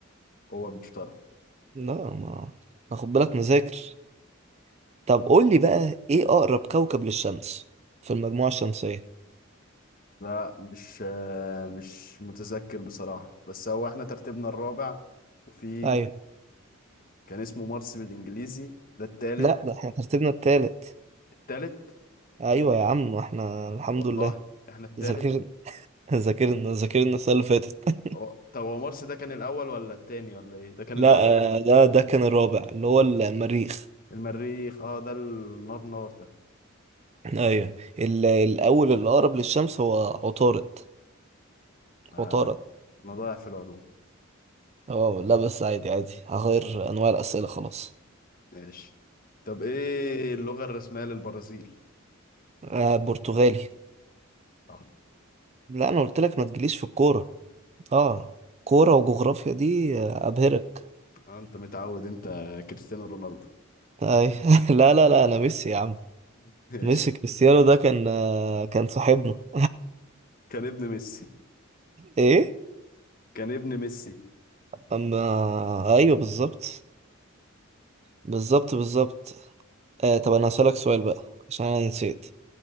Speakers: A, on the left (about 40°); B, on the right (about 30°).
A: هو المشتري
B: لا ما اخد بالك مذاكر طب قول لي بقى ايه اقرب كوكب للشمس في المجموعة الشمسية
A: لا مش آه، مش متذكر بصراحة بس هو احنا ترتيبنا الرابع وفي
B: ايوه
A: كان اسمه مارس بالانجليزي ده التالت
B: لا ده احنا ترتيبنا التالت
A: التالت
B: ايوه يا عم احنا الحمد
A: والله
B: لله
A: احنا التالت
B: ذاكرنا <laughs> ذاكرنا ذاكرنا السنه اللي فاتت <laughs>
A: هو- طب هو مرسي ده كان الاول ولا التاني ولا ايه ده كان
B: لا
A: الاول
B: آه، ده ده كان الرابع اللي هو المريخ
A: المريخ اه ده النار نار ده
B: ايوه ال- الاول اللي اقرب للشمس هو عطارد
A: آه
B: عطارد
A: لا انا ضايع في العلوم
B: اه لا بس عادي عادي هغير انواع الاسئله خلاص
A: ماشي طب ايه اللغة الرسمية للبرازيل
B: آه برتغالي
A: اه
B: لا انا قلت لك ما تجيليش في الكوره اه كوره وجغرافيا دي آه، ابهرك
A: آه، انت متعود انت كريستيانو رونالدو
B: أيوة. <laughs> لا لا لا انا ميسي يا عم
A: <laughs> ماشي
B: ميسي كريستيانو ده كان آه، كان صاحبنا
A: كان ابن ميسي
B: ايه
A: كان ابن ميسي
B: اما ايوه بالظبط بالظبط بالظبط آه طب انا هسألك سؤال بقى عشان انا نسيت